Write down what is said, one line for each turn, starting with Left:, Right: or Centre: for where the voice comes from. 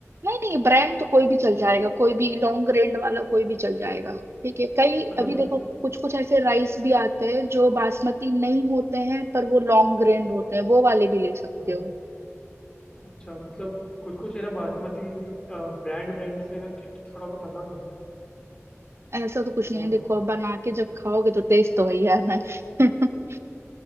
Right: नहीं नहीं ब्रांड तो कोई भी चल जाएगा कोई भी लॉन्ग रेंज वाला कोई भी चल जाएगा ठीक है कई
Left: मतलब
Right: अभी देखो कुछ कुछ ऐसे राइस भी आते हैं जो बासमती नहीं होते हैं पर वो लॉन्ग रेंज होते हैं वो वाले भी ले सकते
Left: हाँ
Right: हो
Left: अच्छा मतलब कुछ कुछ है ना बासमती ब्रांड ब्रांड से ना टेस्ट थोड़ा बहुत अलग लगता है
Right: ऐसा तो
Left: तो मतलब
Right: कुछ नहीं है
Left: अगर-
Right: देखो अब बना के जब खाओगे तो टेस्ट तो वही आना है <laughs> ही यार मैं